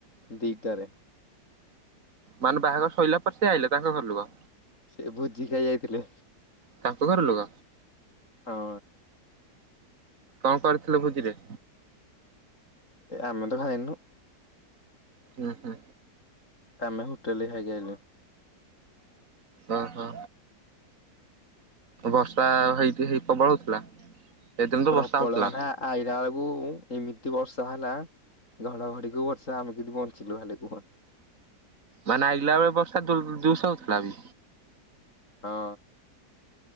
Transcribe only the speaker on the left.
ଦିଟାରେ।
ସେ ଭୋଜି ଖାଇ ଯାଇଥିଲେ।
ହଁ।
ଆମେ ତ ଖାଇନୁ।
ଆମେ ହୋଟେଲରେ ଖାଇକି ଆଇଲୁ।
ପ୍ରବଳ
ମାନେ ଆଇଲା ବେଳକୁ ଏମିତି ବର୍ଷା ହେଲା ଘଡଘଡି କୁ ବର୍ଷା ଆମେ କିିନ୍ତି ବଞ୍ଚିଲୁ ଖାଲି କୁହ।
ହଁ।